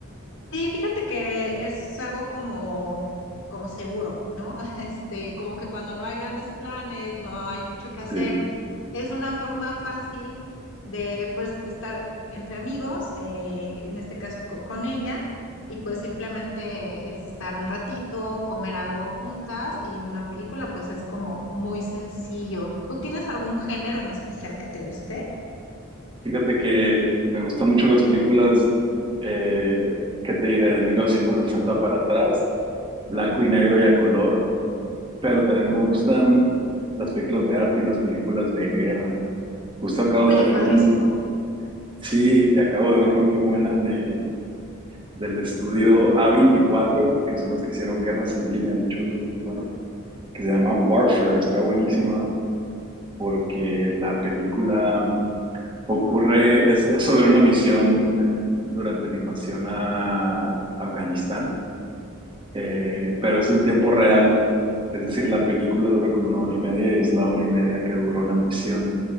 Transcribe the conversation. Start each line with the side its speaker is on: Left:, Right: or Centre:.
Left: Sí, fíjate que es algo como, como seguro, ¿no? <laughs> Este, como que cuando no hay grandes planes, no hay mucho que hacer,
Right: Sí.
Left: es una forma fácil de pues estar entre amigos, eh, en este caso co- con ella, y pues simplemente es estar un ratito, comer algo juntas y una película, pues es como muy sencillo. ¿Tú tienes algún género en especial que te guste?
Right: Fíjate que me gustan mucho las películas, eh, ¿qué te diré? De 1960 para atrás, blanco y negro y a color. Pero también me gustan las películas de arte y las películas de guerra. Justo acabo
Left: Oye,
Right: de ver
Left: padrísimo.
Right: una muy, sí, acabo de ver una muy buena de, del estudio a veinticuatro que son los que hicieron Guerra Civil y han hecho otros muy buenos, que se llama Warfare. Está buenísima porque la película ocurre, es, es sobre una misión durante la invasión a Afganistán eh, pero es en tiempo real, es decir, la película dura como una hora y media y es la hora y media que duró la misión.